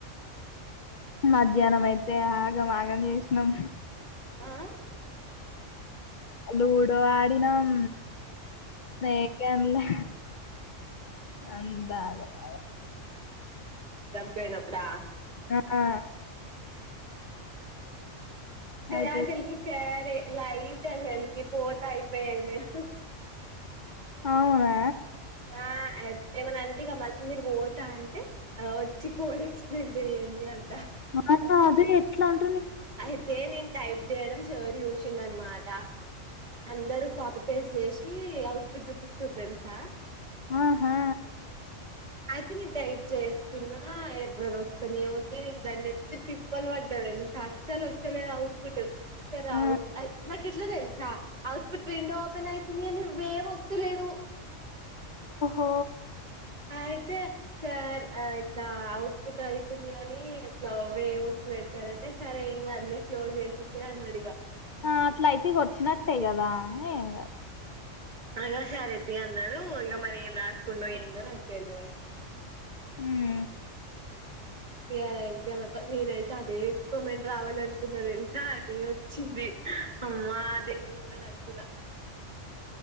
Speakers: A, on the left (about 50°); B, on the right (about 35°).
A: మధ్యానమైతే ఆగం ఆగం జేశనం
B: ఆఆ
A: లూడో ఆడినం మేక్యాన్లే అంతా ఆగమాగం
B: వెనప్పుడా
A: నాఆ అటు
B: అష్టల్కి సార్ తే లైట్ అసల్కి పోతా అయిపోయేది. మీర్
A: అవునా
B: ఆ అల్ప్ ఏమనంటే ఇగా మల్పమీద పోతా అంటే వచ్చి కోడ్ ఎక్సప్లయిన్ జేయ్ ఏంది అంటా
A: మాదా అదే ఎట్లాన్
B: అయితే నీన్ టైప్ జేయడం సోర్ చూచిన్డ్ అనమాట అందరు కాపీ పేస్ట్ జేచి అవుట్ పుట్ జూపిస్తూరు దేలుసా
A: ఆహా
B: తేనిన్ టైట్ చేస్తున్నా ఎరర్ వస్తనే ఉంది. నీన్ దాన్ని ఎంత తీప్ పాల్వడా తెలుసా అసలు వస్తలేదు. అవుట్ ఫిటు సరే
A: ఆ
B: ఆవుట్ నాకిట్లా తెలుసా అవుట్ ఫుట్ విండో ఓపెన్ అయితుంది గానీ, వేవ్ వస్తలేదు.
A: ఓ
B: అయితే సార్ ఇట్లా అవుట్ ఫుట్ అయితుంది. గానీ బ్లౌ ఎమ్ వస్త్ రేప్ త్రాడేస్తారే ఎమ్ కాదులే క్లోజ్ జేసేస్తే అనడిగా
A: ఆ అట్లైతే ఇగా వచ్చినట్టే కదా హేగాద్
B: అగా సరేతియ్ అన్నాడు. ఇగా మరి ఏం రాసుకుండో ఏందో నాకు తెల్వద్
A: హుహ్
B: ఇగా ఎగ్జామ్ అపై నేనైతే అదే ఎక్స్పోమెంట్ రావాలనుకున్నా తేల్సా అదే వచ్చింది. అవ్వా దేవుడున్నాడానుకున్న